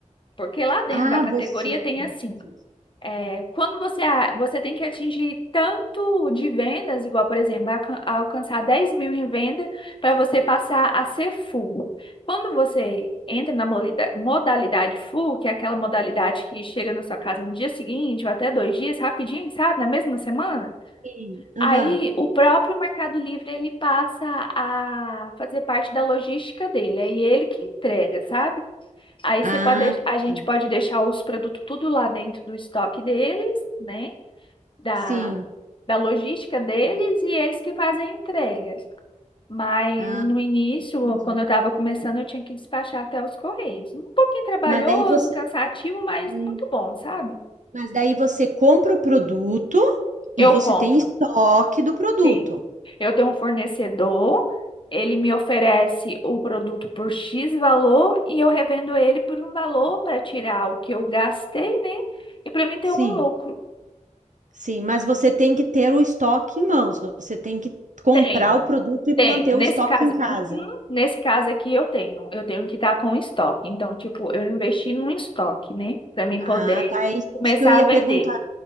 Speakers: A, on the left (about 40°); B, on the right (about 70°).
A: Porque lá dentro
B: Ah,
A: da categoria
B: você. que
A: tem assim.
B: faz isso.
A: É, quando você, a- você tem que atingir tanto de vendas, igual, por exemplo, alca- alcançar 10 mil em venda para você passar a ser full. Quando você entra na molida- modalidade full, que é aquela modalidade que chega na sua casa no dia seguinte ou até dois dias, rapidinho, sabe, na mesma semana,
B: Sim. Aham.
A: aí o próprio Mercado Livre ele passa a fazer parte da logística dele, é ele que entrega, sabe? Aí
B: Ah,
A: você pode, deix- a gente
B: tá.
A: pode deixar os produtos tudo lá dentro do estoque deles, né? Da,
B: sim.
A: da logística deles e eles que fazem a entrega. Mas
B: Ah,
A: no início,
B: entendi.
A: quando eu estava começando, eu tinha que despachar até os correios. Um pouquinho trabalhoso,
B: Mas daí você,
A: cansativo, mas
B: Hum.
A: muito bom, sabe?
B: mas daí você compra o produto
A: Eu
B: e você
A: compro.
B: tem estoque do produto.
A: Sim. Eu tenho um fornecedor, ele me oferece o produto por X valor e eu revendo ele por um valor para tirar o que eu gastei, né? E para mim ter
B: Sim.
A: um lucro.
B: Sim, mas você tem que ter o estoque em mãos, você tem que comprar
A: Tenho,
B: o produto e
A: tenho.
B: manter
A: Nesse
B: o estoque
A: caso,
B: em casa.
A: uhum, nesse caso aqui eu tenho. Eu tenho que estar com estoque. Então, tipo, eu investi num estoque, né? Para mim
B: Ah,
A: poder
B: tá, é isso
A: começar
B: que eu ia
A: a vender.
B: perguntar.